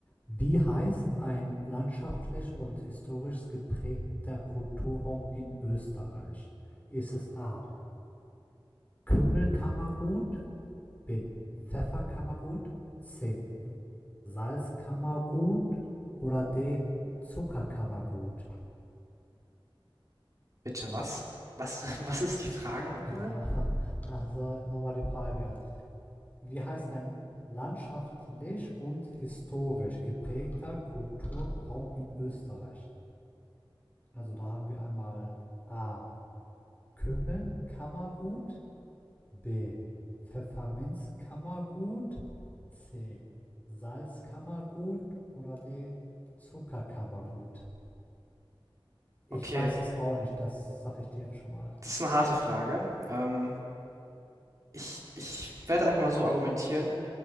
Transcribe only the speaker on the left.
Wie heißt ein landschaftlich und historisch geprägter Kulturraum in Österreich? Ist es A. Kümmelkammergut, B. Pfefferkammergut, C. Salzkammergut oder D. Zuckerkammergut?
Genau. <laughs> Also nochmal die Frage. Wie heißt ein landschaftlich und historisch geprägter Kulturraum in Österreich? Also da haben wir einmal A. Kümmelkammergut B. Pfefferminzkammergut C. Salzkammergut oder D. Zuckerkammergut. Ich
weiß es auch nicht, das sage ich dir jetzt schon mal.